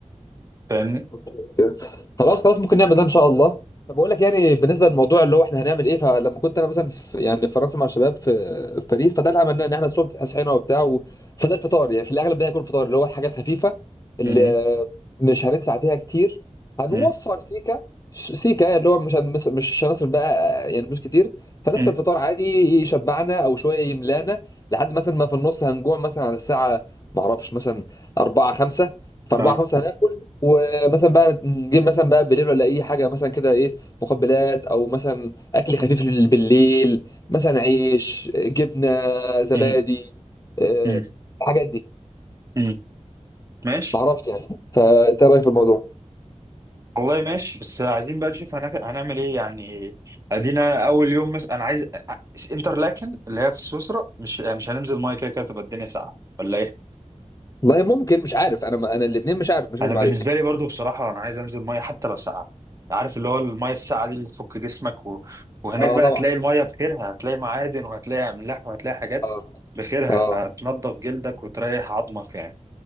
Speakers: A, on the right; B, on the left.
A: فاهمني
B: اوكي اوكي خلاص خلاص ممكن نعمل ده ان شاء الله طب بقول لك يعني بالنسبه للموضوع اللي هو احنا هنعمل ايه فلما كنت انا مثلا في يعني في فرنسا مع الشباب في في باريس فده اللي عملناه ان احنا الصبح صحينا وبتاع و- فده الفطار يعني في الاغلب ده هيكون فطار اللي هو الحاجه الخفيفه اللي
A: مهم.
B: مش هندفع فيها كتير هنوفر
A: مم.
B: سيكا سيكا اللي هو مش هن- مش مش هنصرف بقى يعني فلوس كتير فنفطر
A: مم.
B: فطار عادي يشبعنا او شويه يملانا لحد مثلا ما في النص هنجوع مثلا على الساعه ما اعرفش مثلا 4 5 في 4
A: آه.
B: 5 هناكل مثلا بقى نجيب مثلا بقى بالليل ولا اي حاجه مثلا كده ايه مقبلات او مثلا اكل خفيف لل- بالليل مثلا عيش جبنه زبادي
A: مم.
B: آه،
A: مم.
B: الحاجات دي
A: مم. ماشي
B: معرفش يعني فانت إيه رايك في الموضوع
A: والله ماشي بس عايزين بقى نشوف هنعمل, هنعمل ايه يعني ادينا اول يوم مثلا انا عايز انترلاكن اللي هي في سويسرا مش مش هننزل ميه كده كده تبقى الدنيا ساقعه ولا ايه
B: والله ممكن مش عارف انا ما انا الاثنين مش عارف مش كذب
A: انا بالنسبه
B: عليك
A: لي برضو بصراحه انا عايز انزل ميه حتى لو ساقعه عارف اللي هو الميه الساقعه دي اللي تفك جسمك و... وهناك
B: اه
A: بقى
B: طبعا
A: تلاقي الميه بخيرها هتلاقي معادن وهتلاقي املاح وهتلاقي حاجات
B: اه
A: بخيرها
B: اه
A: فهتنضف جلدك وتريح عظمك يعني